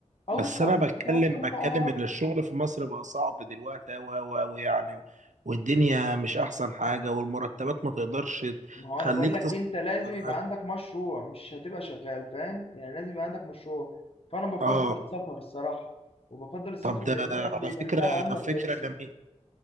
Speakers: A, on the left (about 50°); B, on the right (about 80°).
A: او
B: بس
A: اطلع
B: أنا بتكلم
A: تسافر وتعالى
B: بتكلم
A: يعني.
B: إن الشغل في مصر بقى صعب دلوقتي أوي أوي أوي يعني والدنيا مش أحسن حاجة والمرتبات ما تقدرش
A: ما هو
B: تخليك
A: انا بقول لك
B: تصرف
A: انت لازم
B: على
A: يبقى
B: نفسك
A: عندك مشروع مش هتبقى شغال فاهم يعني لازم يبقى عندك مشروع فانا بفضل
B: آه
A: السفر الصراحه وبفضل السفر
B: طب
A: لبلاد
B: ده على
A: يبقى
B: فكرة
A: فيها عمله كويسه
B: فكرة جميلة